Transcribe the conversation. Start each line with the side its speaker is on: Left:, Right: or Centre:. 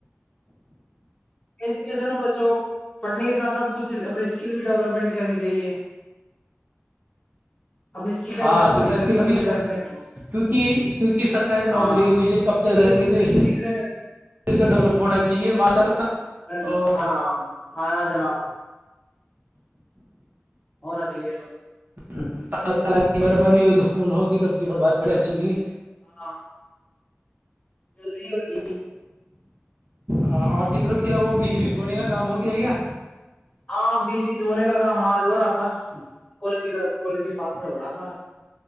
Left: ایجوکیشن میں بچوں کو پڑھنے کے ساتھ ساتھ کچھ اپنی اسکل بھی ڈیولپمنٹ کرنی چاہیے اپنی اسکل کا
Right: ہاں
Left: وکاس
Right: تو
Left: کرتا
Right: اسکل
Left: رہنا
Right: بھی
Left: چاہیے
Right: کیکہ
Left: بھائی اپنے
Right: کیونکہ سرکاری
Left: ہاں
Right: نوکری کے
Left: ایجوکیشن
Right: پیچھے کب تک رہیں گے تو اسک
Left: ایجوکیشن
Right: کا ڈیولپ ہونا چاہیے ماشاء اللہ
Left: ہ
Right: اور
Left: ہاں ہاں ہاں جناب ہونا دے تو
Right: اللہ تعالی کی مہربانی ہوئی تومل ہوگی تب کی بات بڑی اچھی ہوگی
Left: ہاں جلدی ہوگی
Right: آپ کی طرف کیا ہو بیج بیج بڑنے کا کام ہو گیا ہے کیا
Left: ہاں بیچ بیچ ہونے کا کام آج ہو رہا تھا کالج کی طرف کالج کے پاس میں ہو رہا تھا